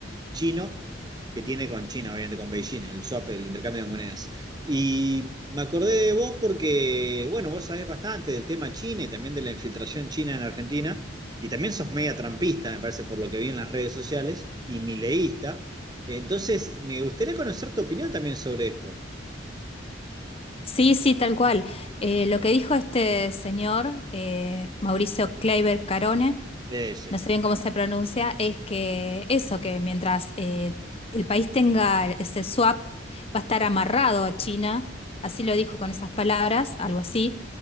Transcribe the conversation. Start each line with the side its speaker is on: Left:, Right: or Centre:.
Right: chino que tiene con China, obviamente con Beijing, el swap, el intercambio de monedas. Y me acordé de vos porque, bueno, vos sabés bastante del tema China y también de la infiltración china en Argentina, y también sos media trampista, me parece, por lo que vi en las redes sociales, y mileísta. Entonces, me gustaría conocer tu opinión también sobre esto.
Left: Sí, sí, tal cual. Eh, lo que dijo este señor, eh, Mauricio Kleiber Carone,
Right: Es,
Left: no sé bien cómo se pronuncia, es que eso, que mientras eh, el país tenga ese swap, va a estar amarrado a China, así lo dijo con esas palabras, algo así,